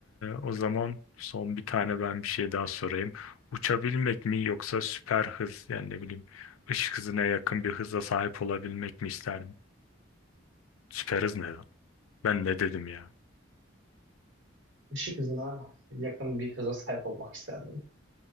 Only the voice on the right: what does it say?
Işık hızına yakın bir hıza sahip olmak isterdim.